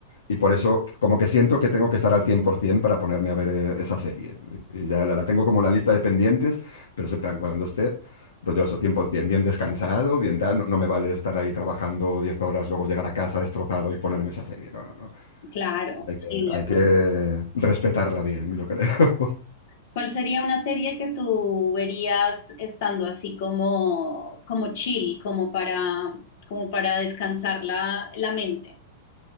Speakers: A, on the left; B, on the left.
A: Y por eso, como que siento que tengo que estar al 100% para ponerme a ver eh, esa serie. Y ya la, la tengo como la lista de pendientes, pero siempre en plan, cuando esté, pues yo eso, 100%, bien descansado, bien tal. No, no me vale estar ahí trabajando 10 horas, luego llegar a casa destrozado y ponerme esa serie. No, no, no.
B: claro,
A: Hay
B: sí,
A: que, hay
B: de acuerdo.
A: que respetarla bien, yo creo. <laughs>
B: ¿Cuál sería una serie que tú verías estando así como, como chill, como para, como para descansar la, la mente?